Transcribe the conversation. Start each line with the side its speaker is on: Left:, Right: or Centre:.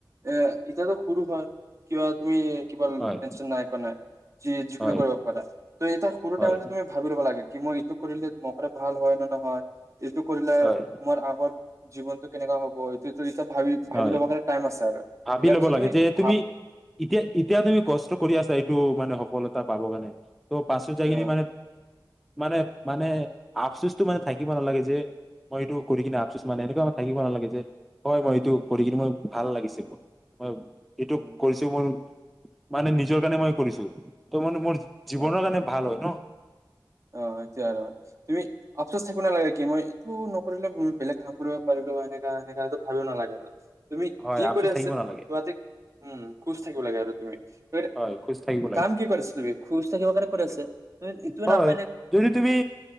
Right: এ ইতিয়াতো খুৰো হয় কিবা তুমি কিবা
Centre: হয়
Right: টেনচন নাই কাৰনে নাই যি-যিকোনো
Centre: হয়
Right: কৰিব পাৰা তুমি এতিয়া সৰু এটাই
Centre: হয়
Right: তুমি ভাবি লব লাগে। কি মই ইটো কৰিলে মক ভাল হয় নে নহয় এইটো কৰিলে
Centre: হয়
Right: মোৰ আগত। জীৱনটো কেনেকা হব এইটো এতিয়া ভাবি ভাবি
Centre: হয়
Right: ল'ব কাৰণে টাইম আছে আৰু
Centre: ভাবি
Right: ইয়াৰ
Centre: ল'ব
Right: পিছত
Centre: লাগে যে
Right: ভাব
Centre: তুমি এতিয়া এতিয়া তুমি কষ্ট কৰি আছা এইটো মানে সফলতা পাব কে নে ত পাছত যাই
Right: অ
Centre: খিনি মানে মানে মানে আফচোচটো মানে থাকিব নালাগে যে মই এইটো কৰি কিনে আফচোচ মানে এনেকুৱা আ থাকিব নালাগে যে হয় মই এইটো পঢ়ি কিু মই ভাল লাগিছে মোৰ ম এইটো
Right: উম
Centre: কৰিছো মই মানে নিজৰ কাৰণে মই কৰিছো ত মানে মোৰ জীৱনৰ
Right: উম
Centre: কাৰণে ভাল হয় ন
Right: অ সেইটোৱে আৰু তুমি অফচচ থাকিব নালাগে কি মই এইটো নকৰিলে বেলেগ কাম কৰিব পাৰিলো এনেকা এনেকা সেইটো ভালো নালাগে আৰু তুমি
Centre: হয়
Right: যি
Centre: আফচোচ
Right: কৰি আছা
Centre: থাকিব নালাগে
Right: তহতে উম খোজ থাকিব লাগে আৰু হয় ত
Centre: হয় খোজ থাকিব লাগে
Right: কাম কি কৰিছ তুমি খুজ থাকিবে আছে তুম ইটো
Centre: হয়
Right: ন
Centre: যদি তুমি